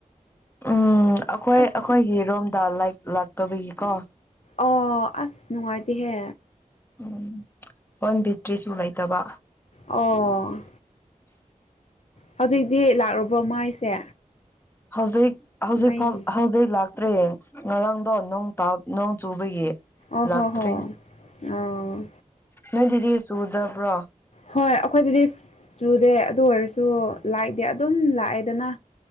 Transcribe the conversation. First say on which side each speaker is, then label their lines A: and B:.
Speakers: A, on the left; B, on the left.
A: ꯎꯝ ꯑꯩꯈꯣꯏ
B: ꯑꯁ
A: ꯑꯩꯈꯣꯏꯒꯤ ꯔꯣꯝꯗ ꯂꯥꯏ ꯂꯥꯛꯇꯕꯒꯤꯀꯣ
B: ꯑꯣ ꯑꯁ ꯅꯨꯡꯉꯥꯏꯇꯦꯍꯦ
A: ꯎꯝ ꯐꫭꯟ ꯕꯦꯇ꯭ꯔꯤꯁꯨ ꯂꯩꯇꯕ
B: ꯑꯣ ꯍꯧꯖꯤꯛꯇꯤ ꯂꯥꯛꯂꯨꯕꯣ ꯃꯥꯏꯁꯦ
A: ꯍꯧꯖꯤꯛ ꯍꯧꯖꯤꯛ
B: ꯃꯩ
A: ꯐꯥꯎ ꯍꯧꯖꯤꯛ ꯂꯥꯛꯇ꯭ꯔꯦ ꯉꯔꯥꯡꯗꯣ ꯅꯣ ꯇꯥꯎ ꯅꯣꯡ ꯆꯨꯕꯒꯤ
B: ꯑꯣꯍꯣ
A: ꯂꯥꯛꯇ꯭ꯔꯤ
B: ꯍꯣ ꯑꯥ
A: ꯅꯪꯏꯗꯤꯗꯤ ꯆꯨꯗꯕ꯭ꯔꯣ
B: ꯍꯣꯏ ꯑꯩꯈꯣꯏꯗꯗꯤ ꯆꯨꯗꯦ ꯑꯗꯨ ꯑꯣꯏꯔꯁꯨ ꯂꯥꯏꯠꯇꯤ ꯑꯗꯨꯝ ꯂꯥꯛꯑꯦꯗꯅ